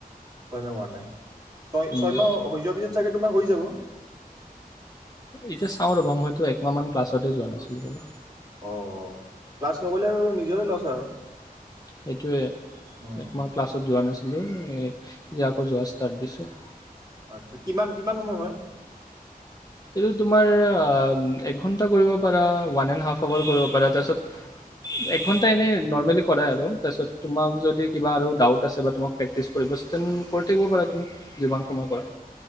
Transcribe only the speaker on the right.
ছয়মাহ হোৱা নাই। ছয়-ছয়
মাহ হৈ যোৱাৰ পিছত চাগে তোমাৰ হৈ যাব
অ ক্লাছ নগ'লে আৰু নিজৰে লছ আৰু
উম
আচ্ছা কিমান-কিমান সময় হয়?